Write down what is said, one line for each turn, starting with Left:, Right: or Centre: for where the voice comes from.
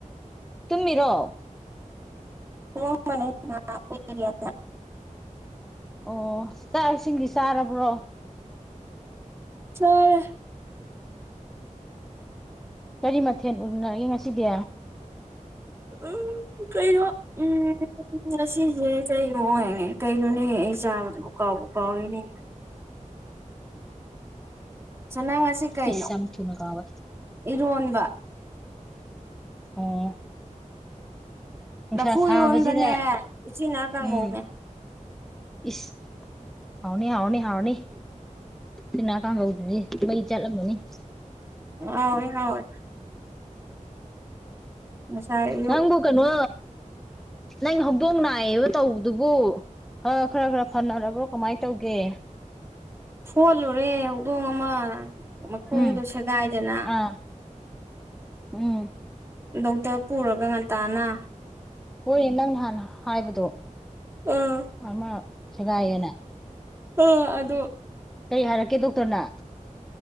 Centre: ꯇꯨꯝꯃꯤꯔꯣ
Right: <unintelligible>
Centre: ꯑꯣ ꯆꯥꯛ ꯏꯁꯤꯡꯗꯤ ꯆꯥꯔꯕ꯭ꯔꯣ
Right: ꯆꯥꯔꯦ
Centre: ꯀꯔꯤ ꯃꯊꯦꯜ ꯎꯅꯔꯒꯦ ꯉꯁꯤꯗꯤ
Right: ꯎꯝ ꯀꯩꯅꯣ ꯎꯝ ꯉꯁꯤꯁꯦ ꯀꯩꯅꯣ ꯑꯣꯏꯅꯦ ꯀꯩꯅꯣꯅꯦ ꯑꯩ ꯆꯥꯕꯗꯨꯕꯨ ꯀꯥꯎꯕ ꯀꯥꯎꯔꯦꯅꯦ ꯏꯃꯥ ꯉꯁꯤ ꯀꯩꯅꯣ
Centre: ꯏꯁ ꯌꯥꯝ ꯊꯨꯅ ꯀꯥꯎꯋꯦ
Right: ꯏꯔꯣꯟꯕ
Centre: ꯑꯣ ꯅꯨꯡꯁꯥ
Right: ꯂꯐꯨ
Centre: ꯁꯥꯕꯁꯤꯗ
Right: ꯏꯔꯣꯟꯕꯅꯦ ꯎꯆꯤꯅꯥ ꯀꯥꯡꯉꯧꯅꯦ
Centre: ꯎꯝ ꯏꯁ ꯍꯥꯎꯅꯤ ꯍꯥꯎꯅꯤ ꯍꯥꯎꯅꯤ ꯎꯆꯤꯅꯥ ꯀꯪꯍꯧꯗꯨꯗꯤ ꯃꯩ ꯆꯠꯂꯝꯃꯅꯤ ꯅꯤ
Right: ꯍꯥꯎ ꯋꯦ ꯍꯥꯎꯋꯦ ꯉꯁꯥꯏ ꯑꯌꯨꯛ
Centre: ꯅꯪꯕꯨ ꯀꯩꯅꯣ ꯅꯪ ꯍꯧꯗꯣꯡ ꯅꯥꯏꯌꯦꯕ ꯇꯧꯕꯗꯨꯕꯨ ꯈꯔ ꯈꯔ ꯐꯅꯔꯕ꯭ꯔꯣ ꯀꯃꯥꯏꯅ ꯇꯧꯒꯦ
Right: ꯐꯣꯠꯂꯨꯔꯦ ꯍꯧꯗꯣꯡ ꯑꯃ ꯃꯈꯣꯡꯗꯣ
Centre: ꯎꯝ
Right: ꯁꯦꯒꯥꯏꯗꯅ
Centre: ꯑꯥ ꯎꯝ
Right: ꯗꯣꯛꯇꯔ ꯄꯨꯔꯒ ꯉꯟꯇꯥꯅ
Centre: ꯍꯣꯏ ꯅꯪꯅ ꯍꯥꯟꯅ ꯍꯥꯏꯕꯗꯣ
Right: ꯑꯥ
Centre: ꯑꯃ ꯁꯦꯒꯥꯏ ꯌꯦꯅ
Right: ꯑ ꯑꯗꯣ
Centre: ꯀꯩ ꯍꯥꯏꯔꯛꯀꯦ ꯗꯣꯛꯇꯔꯅ